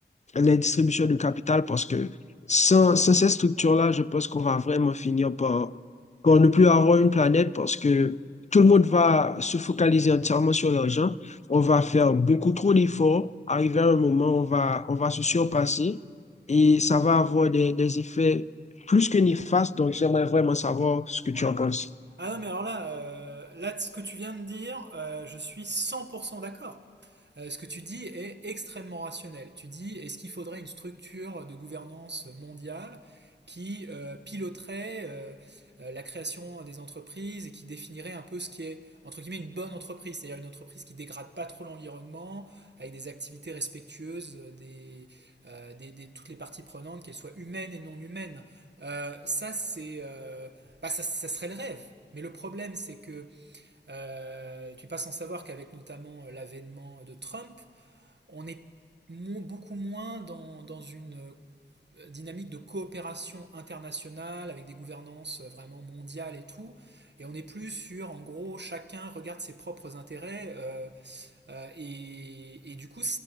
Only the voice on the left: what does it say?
les distributions de capital parce que sans, sans ces structures-là, je pense qu'on va vraiment finir par, par ne plus avoir une planète parce que tout le monde va se focaliser entièrement sur l'argent. On va faire beaucoup trop d'efforts. Arrivé à un moment, on va, on va se surpasser et ça va avoir des, des effets plus que néfastes. Donc, j'aimerais vraiment savoir ce que tu
en penses.